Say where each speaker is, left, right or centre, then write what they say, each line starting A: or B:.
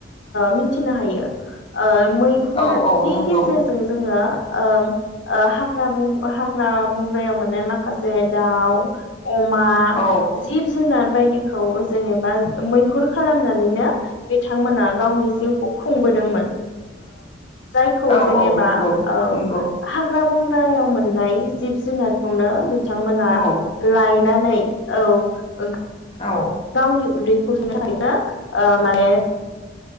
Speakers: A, on the left; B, on the left.
A: मिथिनो हायो आ मैहुरनि
B: औ औ नंगौ
A: गेजेरजों जोङो ओ हाग्रा हाग्रा बंग्रायाव मोननाय माखासे दाउ अमा
B: औ
A: जिब जुनार बायदि खौ जेनेबा मैहुर खालामनानैनो बिथांमोना गावनि जिउखौ खुंबोदोंमोन जायखौ
B: औ
A: जेनेबा
B: औ नंगौ
A: औ
B: नंगौ
A: हाग्रा बंग्रायाव मोननाय जिब-जुनारखौनो बिथांमोना
B: औ
A: लायनानै नै औ ओंखाय
B: औ
A: गावनि उदैखौ सुफुंनो थाखायनो ओ माने